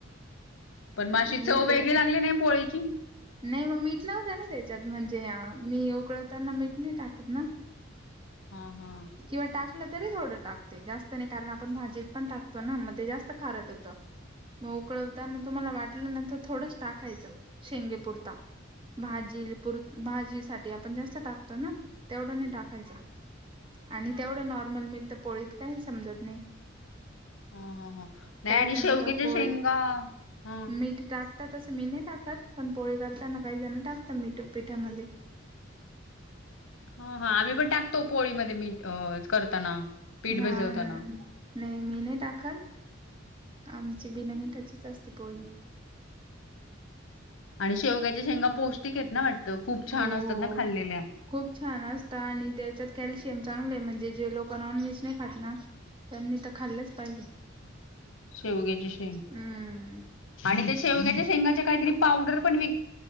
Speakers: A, on the left (about 75°); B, on the right (about 25°).
A: पण माशी
B: मी
A: चव
B: ते
A: वेगळी लागली नाही पोळीची,
B: नाही मग मीठ नव्हत ना त्याच्यात म्हणजे मी उकळवताना मीठ नाही टाकत ना
A: हा हा
B: किंवा टाकलं तरी थोडं टाकते जास्त नाही कारण आपण भाजीत पण टाकतो ना मग ते जास्त खारट होतो. मग उकळवताना तुम्हाला वाटलं नाही तर थोडंच टाकायचं शेंगेपुरता. भाजी पुर भाजीसाठी आपण जास्त टाकतो ना तेवढं नाही टाकायच, आणि तेवढं नॉर्मल मित तर पोळीत काही समजत नाही,
A: ह ह ह नाही
B: काही
A: आणि
B: जण
A: शेवग्याच्या
B: तर पोळीत
A: शेंगा हां,
B: मीठ ट <unintelligible> आता तस मी नाही टाकत पण पोळी करताना काही जण टाकतात मीठ पीठामध्ये.
A: हा-हा आम्ही पण टाकतो पोळीमध्ये मीठ अ करताना, पीठ
B: हा
A: भिजवताना
B: नाही मी नाही टाकाल आमची बिना मिठाचीच असते पोळी
A: आणि शेवग्याच्या शेंगा पौष्टिक आहेत ना वाटतं खूप छान
B: हो
A: असतात
B: हो
A: ना खाल्लेल्या.
B: खूप छान असतात, आणि त्याच्यात कॅल्शियम चांगलं म्हणजे जे लोक नॉनव्हेज नाही खात ना त्यांनी तर खालचं पाहिजे
A: शेवग्याची शेंग
B: हम्म
A: आणि त्या शेवग्याच्या शेंगाच्या काहीतरी पावडर पण विक